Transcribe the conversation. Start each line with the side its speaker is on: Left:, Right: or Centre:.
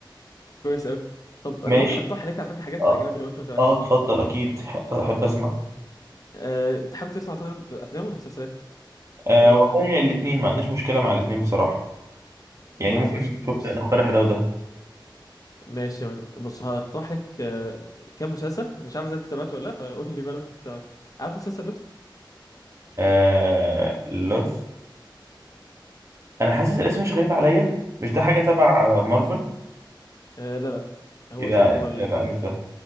Left: كويس قوي طب
Right: ماشي
Left: انا ممكن اقترح عليك على فكره حاجات
Right: اه
Left: اجنبي لو انت ما تابعتش
Right: اه اتفضل اكيد ح- احب اسمع
Left: أه... انت حابب تسمع طيب افلام ولا مسلسلات
Right: آه
Left: ايه الافضل
Right: والله الاثنين ما عنديش مشكله مع الاثنين بصراحه يعني
Left: خلاص
Right: ممكن
Left: قشطة
Right: نشوف
Left: بص
Right: نقترح ده وده
Left: ماشي بص هقترح لك آه، كام مسلسل مش عارف اذا انت تابعته ولا لا فقول لي بقى لو انت تابعته عارف مسلسل لوست؟
Right: آه لوث انا حاسس الاسم مش غريب عليا مش ده حاجه تبع آه، مارفل
Left: آه لا لا هو
Right: يبقى
Left: شوف هو ال...
Right: يبقى مش ده